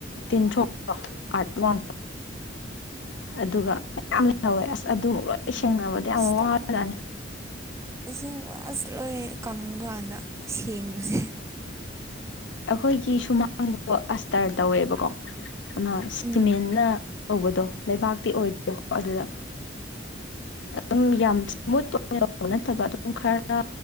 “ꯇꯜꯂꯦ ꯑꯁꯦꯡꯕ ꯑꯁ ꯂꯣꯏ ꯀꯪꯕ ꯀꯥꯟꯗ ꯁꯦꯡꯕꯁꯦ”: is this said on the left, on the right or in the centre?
Right